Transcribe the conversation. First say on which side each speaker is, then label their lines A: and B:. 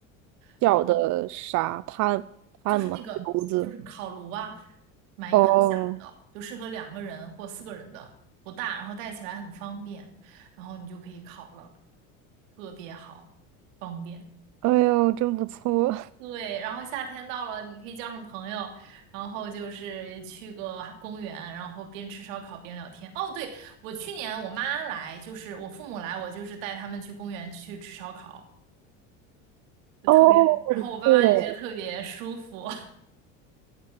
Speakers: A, on the right; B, on the right.
A: <laughs> 小的啥炭炭吗？
B: 然后就是那个就是烤炉啊，
A: 还是炉子？
B: 买一个很小的，
A: 哦，
B: 就适合两个人或四个人的，不大，然后带起来很方便，然后你就可以烤了，特别好，方便。
A: 哎呦，真不错，
B: 对，然后夏天到了，你可以叫上朋友，然后就是去个公园，然后边吃烧烤边聊天。哦，对，我去年我妈来，就是我父母来，我就是带他们去公园去吃烧烤，就特别，
A: <laughs> 哦，
B: 然后我爸妈就觉得特别舒服。
A: 对，